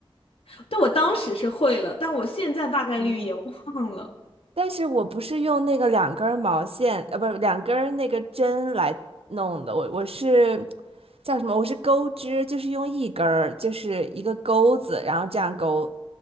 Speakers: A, on the left (about 75°); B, on the right (about 80°).
A: <laughs> 但我当时是会了，但我现在大概率也忘了。
B: 嗯，但是我不是用那个两根儿毛线，呃，不是两根儿那个针来弄的，我我是叫什么？我是钩织，就是用一根儿，就是一个钩子，然后这样钩，